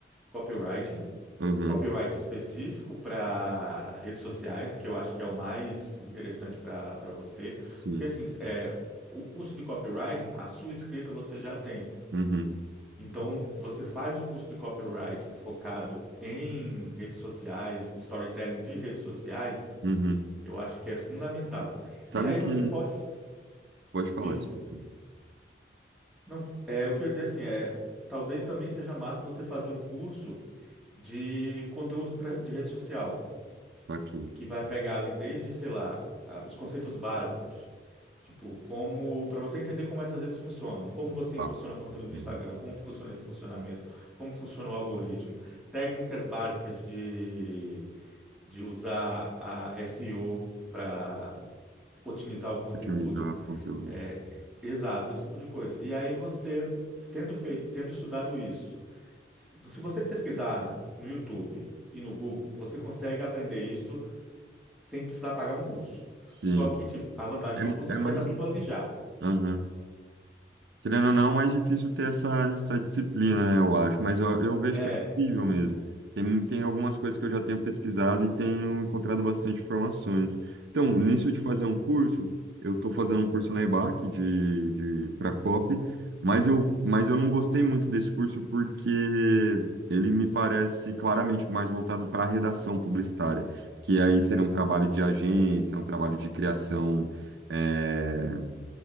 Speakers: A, in the centre; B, on the right.
A: copywriting
B: uhum,
A: Copyright específico para redes sociais, que eu acho que é o mais interessante para para você,
B: sim.
A: porque assim, é, o curso de copywriting, a sua escrita você já tem.
B: Uhum,
A: Então, você faz o curso de copywriting focado em redes sociais, storytelling de redes sociais,
B: uhum.
A: eu acho que é fundamental.
B: Sabe
A: E aí você
B: que...
A: pode,
B: Pode falar,
A: diz,
B: desculpa.
A: não, é, o que eu ia dizer assim, é, talvez também seja massa você fazer um curso de conteúdo pra- de rede social.
B: Tá aqui.
A: que vai pegar ali desde, sei lá, a- os conceitos básicos, tipo, como, para você entender como essas redes funcionam, como você impulsiona
B: Ah,
A: conteúdo no
B: uhum.
A: Instagram, como funciona esse impulsionamento, como funciona o algoritmo, técnicas básicas de, de usar a SEO para otimizar o conteúdo,
B: Otimizar o conteúdo.
A: é, exato, esse tipo de coisa. E aí você, tendo feito, tendo estudado isso, se se você pesquisar no YouTube, E no Google, você consegue aprender isso sem precisar pagar um curso.
B: Sim.
A: Só que, tipo, a vantagem
B: É,
A: do curso é
B: é
A: que
B: mais...
A: vai estar tudo ali já.
B: Aham. Querendo ou não, é mais difícil ter essa, essa disciplina, né, eu acho, mas eu, eu vejo
A: É,
B: que é possível mesmo. Tem, mu- tem algumas coisas que eu já tenho pesquisado e tenho encontrado bastante informações. Então, nisso de fazer um curso, eu estou fazendo um curso na EBAC de, de, para COP, mas eu, mas eu não gostei muito desse curso porque ele me parece claramente mais voltado para a redação publicitária, que aí seria um trabalho de agência, um trabalho de criação. eh,